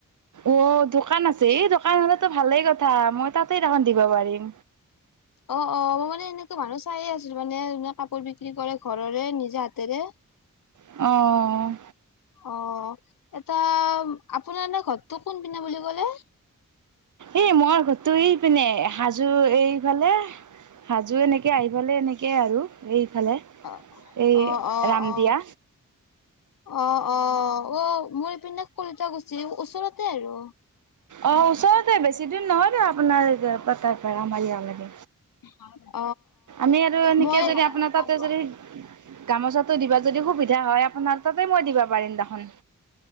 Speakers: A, on the right; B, on the left.
A: অ' দোকান আছে এই দোকান হলেতো ভালেই কথা মই তাতে দোকান দিব পাৰিম।
B: অ', অ' মই মানে এনেকুৱ মানু চয়ে আছিলো মানে ধ কাপোৰ বি বিক্ৰী কৰে ঘৰৰে নিজে হাতেৰে।
A: অ'
B: অ' এটা আপোনাৰ নে ঘৰতটো কোন পিন্ধ বুলি ক'লে?
A: এই মই গটো ই পিনে সাজো এইফালে। হাজো এনেকৈ আহিফালে এনেকৈ আৰু এইফালে
B: অ
A: এই
B: অ অ
A: ৰাম
B: অ
A: দিয়া।
B: অ অ অ মোৰ এইপিনে কলিতা গুচি ওচৰতে আৰু
A: অ ওচৰতে বেছি দুৰ নহয় বাৰু আপোনাৰ তাৰ পৰা আমাৰ ইয়ালে
B: <inaudible>
A: আমি আৰু এনেকে
B: মই
A: যদি আপোনাৰ তাতে যদি গামোচাটো দিবা যদি সুবিধা হয় আপোনাৰ তাতে মই দিবা পাৰিম দেখোন